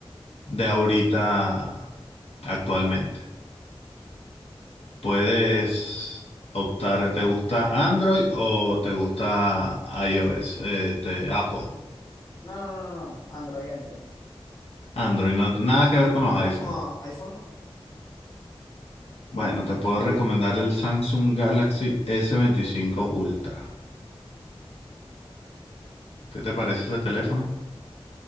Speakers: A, on the left; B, on the left.
A: de ahorita actualmente. Puedes optar, ¿te gusta Android o te gusta iOS? Este, Apple.
B: No, no, no, no, Android, Android.
A: Android, no- nada que ver con los iPhone.
B: No, iPhone no.
A: Bueno, te puedo recomendar el Samsung Galaxy s veinticinco Ultra. ¿Qué te parece ese teléfono?